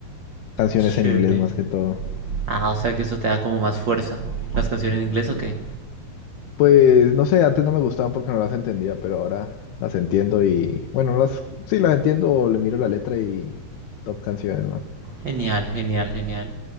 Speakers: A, on the left; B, on the right.
A: canciones
B: Chévere.
A: en inglés más que todo.
B: Ah, o sea que eso te da como más fuerza. ¿Las canciones en inglés o qué?
A: Pues no sé, antes no me gustaban porque no las entendía, pero ahora las entiendo y bueno, no las sí las entiendo, o le miro la letra y top canciones, man.
B: Genial, genial, genial.